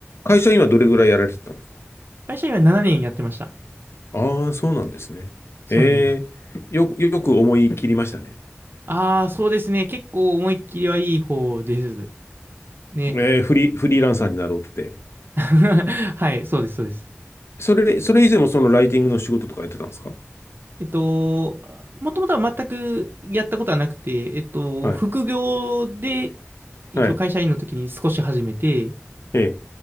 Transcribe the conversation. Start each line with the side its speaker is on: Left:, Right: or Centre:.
Left: 会社にはどれぐらいやられてたんですか
Right: 会社員は7年やってました。
Left: ああそうなんですね。
Right: そうなんです。
Left: えー、よ、よく思い切りましたね。
Right: ああ、そうですね。結構思いっきりはいい方です。ね。
Left: えー、フリー、フリーランサーになろうって。
Right: <laughs> はい、そうです、そうです。
Left: それ、それ以前もそのライティングの仕事とかやってたんですか
Right: えっと、もともとは全くやったことはなくて、えっと、
Left: はい、
Right: 副業で一応会社員の時に少し始めて、
Left: はい、ええ、